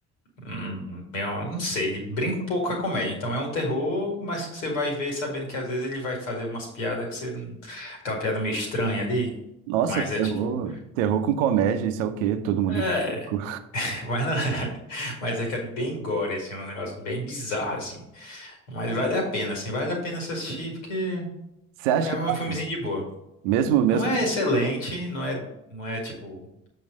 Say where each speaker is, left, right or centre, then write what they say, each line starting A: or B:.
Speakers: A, on the left; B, on the right.
A: hum, meio, não sei. Ele brinca um pouco com a comédia. Então é um terror, mas que você vai ver sabendo que às vezes ele vai fazer umas piadas que você, aquela piada meio estranha ali.
B: Nossa,
A: Mas
B: terror,
A: é tipo,
B: terror com comédia, isso é o quê? Todo mundo
A: é,
B: em pânico.
A: Mas, não, <laughs> mas é aquele bem gore, assim, um negócio bem bizarro, assim. Mas vale a pena, assim, vale a pena se assistir, porque
B: <laughs> Você acha
A: é um
B: que vale?
A: filmezinho de boa.
B: mesmo, mesmo,
A: Não é excelente, não é, não é tipo